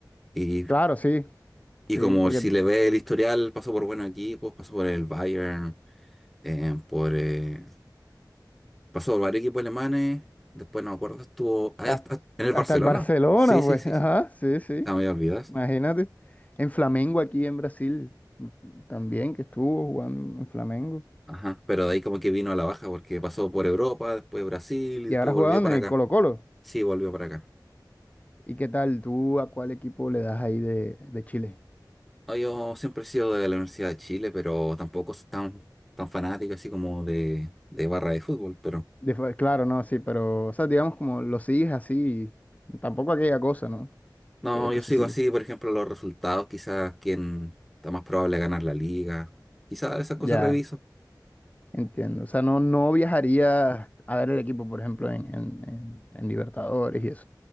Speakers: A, in the centre; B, on the left.
A: Y,
B: Claro, sí,
A: y
B: sí,
A: como
B: porque
A: si le ve el historial, pasó por buenos equipos, pasó por el Bayern, eh, por, eh, pasó por varios equipos alemanes. Después no me acuerdo, estuvo ah, hasta-
B: Has-
A: en el
B: Hasta
A: Barcelona.
B: el Barcelona,
A: Sí,
B: pues.
A: sí, sí,
B: Ajá,
A: sí.
B: sí, sí.
A: Ah, me había olvidado eso.
B: Imagínate. En Flamengo aquí en Brasil, también que estuvo jugando en Flamengo.
A: Ajá. Pero de ahí como que vino a la baja, porque pasó por Europa, después Brasil
B: Y
A: y después
B: ahora
A: volvió
B: jugaban
A: para
B: en el
A: acá.
B: Colo-Colo.
A: Sí, volvió para acá.
B: ¿Y qué tal? ¿Tú a cuál equipo le das ahí de, de Chile?
A: No, Yo siempre he sido de la Universidad de Chile, pero tampoco es tan, tan fanático así como de, de barra de fútbol. Pero
B: De fue- claro, no, sí, pero, o sea, digamos como lo sigues así, tampoco aquella cosa, ¿no?
A: no,
B: Aquella cosa
A: yo sigo
B: así.
A: así, por ejemplo, los resultados, quizás quién está más probable de ganar la liga. Quizás esas cosas
B: Ya,
A: reviso.
B: entiendo. O sea, no, no viajarías a ver el equipo, por ejemplo, en, en, en, en Libertadores y eso.